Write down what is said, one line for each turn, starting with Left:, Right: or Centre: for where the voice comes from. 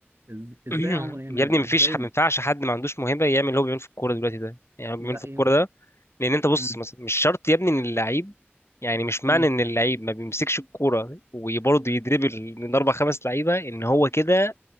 Right: إز- ازاي
Left: <clears throat>
Right: يا عمر يعني
Left: يا ابني مفيش
Right: ازاي
Left: ح- ما ينفعش حد ما عندوش موهبة يعمل اللي هو بيعمله في الكورة دلوقتي ده يعني هو بيعمله
Right: لا
Left: في الكورة
Right: يم...
Left: ده لأن أنت بص
Right: مم.
Left: مثلا مش شرط يا ابني إن اللعيب يعني مش معنى
Right: مم.
Left: إن اللعيب ما بيمسكش الكورة وبرضه يدربل من أربع خمس لعيبة إن هو كده